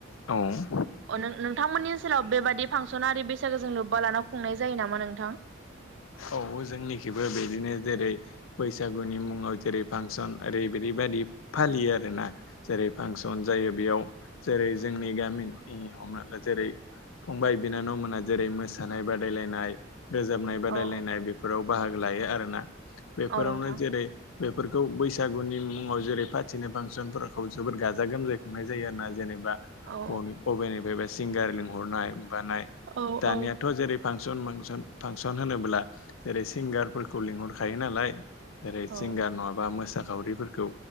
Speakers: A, on the left; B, on the right.
A: औ
B: अ नों नोंथांमोननि नि ओनसाव बेबायदि फांसनारि बैसागो जों लोब्बा लाना खुंनाय जायो नामा नों
A: औ जोंनिखिबो बिदिनो जेरै बैसागुनि मुङाव जेरै फांसन ओरै बिदिबायदि फालियो
B: औ
A: आरो ना जेरै फांसन जायो बेयाव जेरै जोंनि गामिनि हमना जेरै फंबाय बिनानाव मोना जेरै मोसानाय बादायलायनाय रोजाबनाय बादायलायनाय
B: औ
A: बेफोराव बाहागो लायो आरोना बेफोरावनो
B: औ नोंथां
A: जेरै बेफोरखौ बैसागुनि मुङाव जेरै फाथिनाय फांसनफोरखौ जोबोद गाजा गोमजाय खुंनाय जायो आरोना जेनबा
B: औ
A: अबनिफ्राय। सिंगार लिंहरनाय। बानाय
B: औ
A: दानियाथ'
B: औ
A: जेरै फांसन मांसन फांसन होनोब्ला जेरै सिंगारफोरखौ लिंहरखायो नालाय जेरै सिंगार
B: औ
A: नङाबा मोसा खावरिफोरखौ